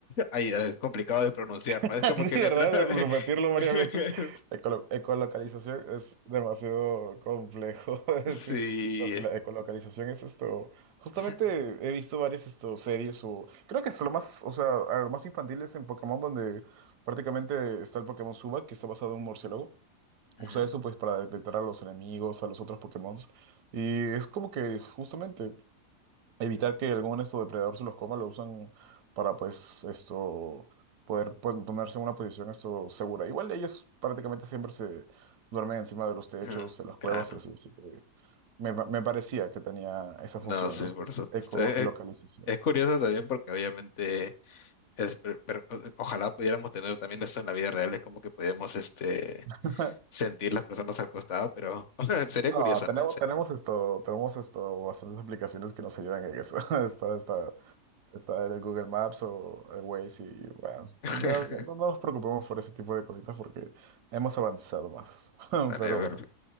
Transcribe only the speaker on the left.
Ay, es complicado de pronunciar,
¿no? Es como
que me
trae.
<laughs>
Sí.
es-
<laughs>
Ujú,
ujú,
Claro.
No,
sí,
por supuesto.
Eh, eh, Es, curioso también porque obviamente es per- per- ojalá pudiéramos tener también eso en la vida real, es como que pudiéramos este
sentir las personas al costado, pero <laughs> sería
curioso,
¿no? Sería-
<laughs>
Dale,
a ver,